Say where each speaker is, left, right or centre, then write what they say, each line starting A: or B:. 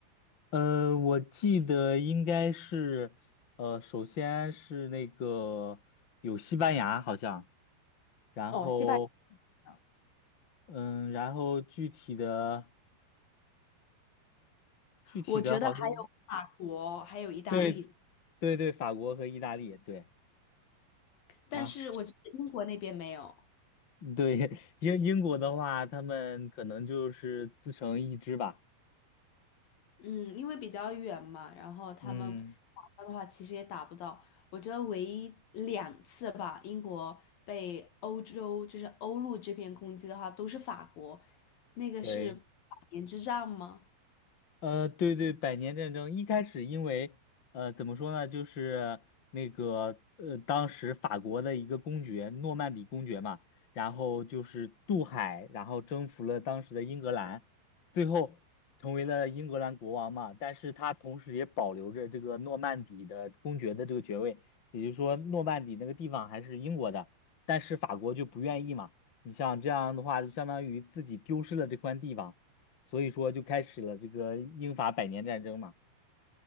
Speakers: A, on the left; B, on the left.
A: 呃，我记得应该是，呃，首先是那个有西班牙好像，然后，
B: 哦，西班牙，
A: 嗯，然后具体的具体的好像，
B: 我觉得还有法国，还有意大利，
A: 对对对，法国和意大利，对。
B: 但是我觉得英国那边没有。
A: 然后。对，<laughs> 英英国的话，他们可能就是自成一支吧。
B: 嗯，因为比较远嘛，然后他们
A: 嗯，
B: 打的话，其实也打不到。我觉得唯一两次吧，英国被欧洲就是欧陆这边攻击的话，都是法国，那个是百年之战吗？
A: 对。呃，对对，百年战争一开始，因为呃，怎么说呢，就是那个呃，当时法国的一个公爵，诺曼底公爵嘛，然后就是渡海，然后征服了当时的英格兰，最后成为了英格兰国王嘛。但是他同时也保留着这个诺曼底的公爵的这个爵位，也就是说，诺曼底那个地方还是英国的，但是法国就不愿意嘛。你像这样的话，就相当于自己丢失了这块地方。所以说就开始了这个英法百年战争嘛。